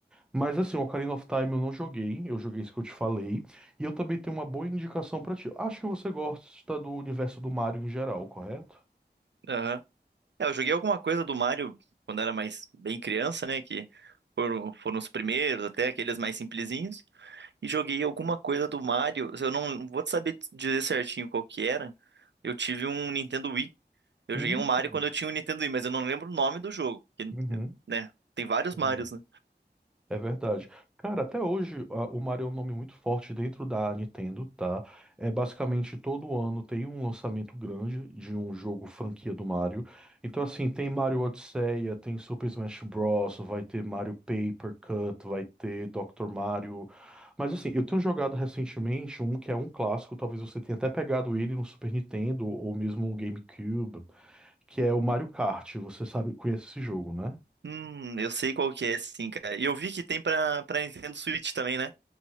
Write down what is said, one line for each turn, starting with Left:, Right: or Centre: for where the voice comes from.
Centre: Mas assim, o Ocarina of Time eu não joguei, eu joguei isso que eu te falei. E eu também tenho uma boa indicação pra ti. Acho que você gosta do universo do Mario em geral, correto?
Right: aham. É, eu joguei alguma coisa do Mario quando era mais bem criança, né? Que foram, foram os primeiros, até aqueles mais simplesinhos. E joguei alguma coisa do Mario. Eu não vou te saber te dizer certinho qual que era. Eu tive um Nintendo Wii. Eu
Centre: Hum,
Right: joguei um Mario quando eu tinha um Nintendo Wii, mas eu não lembro o nome do jogo. Porque,
Centre: uhum.
Right: né? Tem vários
Centre: Entendi.
Right: Marios, né?
Centre: É verdade. Cara, até hoje a- o Mario é um nome muito forte dentro da Nintendo, tá? É basicamente todo ano tem um lançamento grande de um jogo franquia do Mario. Então assim, tem Mario Odisseia, tem Super Smash Bros, vai ter Mario Paper Cut, vai ter Dr. Mario. Mas assim, eu tenho jogado recentemente um que é um clássico, talvez você tenha até pegado ele no Super Nintendo ou mesmo no GameCube, que é o Mario Kart. Você sabe, conhece esse jogo, né?
Right: Hum, eu sei qual que é, sim, cara. E eu vi que tem pra, pra Nintendo Switch também, né?